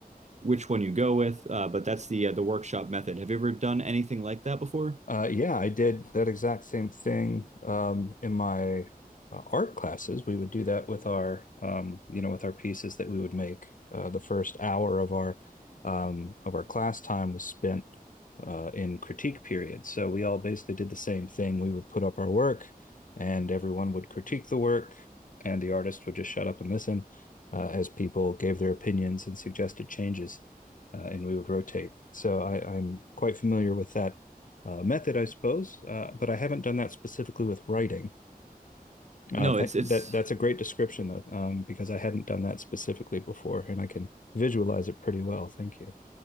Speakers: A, on the right (about 45°); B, on the left (about 60°).
A: which one you go with, uh, but that's the uh, the workshop method. Have you ever done anything like that before?
B: Uh, yeah, I did that exact same thing um, in my uh, art classes. We would do that with our, um, you know, with our pieces that we would make. Uh, the first hour of our um, of our class time was spent uh, in critique period. So we all basically did the same thing. We would put up our work, and everyone would critique the work, and the artist would just shut up and listen uh, as people gave their opinions and suggested changes, uh, and we would rotate. So I, I'm quite familiar with that uh, method, I suppose, uh, but I haven't done that specifically with writing.
A: No,
B: Uh, th
A: it's
B: that
A: it's
B: that's a great description though, um, because I hadn't done that specifically before, and I can visualize it pretty well. Thank you.